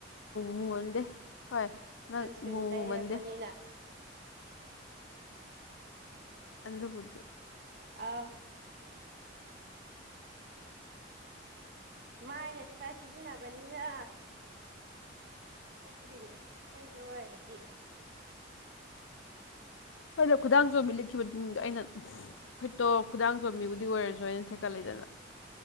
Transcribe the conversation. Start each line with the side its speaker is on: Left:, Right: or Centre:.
Left: ꯃꯨꯟꯗꯦ ꯍꯣꯏ ꯅꯪ
Right: ꯁꯟꯁꯀ꯭ꯔꯤꯟ
Left: ꯃꯨꯕꯨ
Right: ꯇꯩꯔꯛꯄꯅꯤꯅ
Left: ꯃꯨꯃꯟꯗꯦ ꯑꯗꯨꯕꯨꯗꯤ
Right: ꯑꯥꯎ ꯃꯥꯏꯅ ꯈꯔ ꯁꯤꯖꯤꯟꯅꯕꯅꯤꯅ ꯁꯣꯛꯇ꯭ꯔꯤꯅꯦ ꯑꯇꯩꯗ ꯑꯣꯏꯔꯗꯤ
Left: ꯑꯩꯅ ꯈꯨꯗꯥꯡ ꯆꯣꯝꯕꯤ ꯂꯤꯠꯈꯤꯕꯗꯨꯗ ꯑꯩꯅ ꯐꯨꯔꯤꯠꯇꯣ ꯈꯨꯗꯥꯡ ꯆꯣꯝꯕꯤꯕꯨꯗꯤ
Right: ꯎꯝ
Left: ꯑꯣꯏꯔꯁꯨ ꯑꯩꯅ ꯊꯦꯛꯀꯠꯂꯤꯗꯅ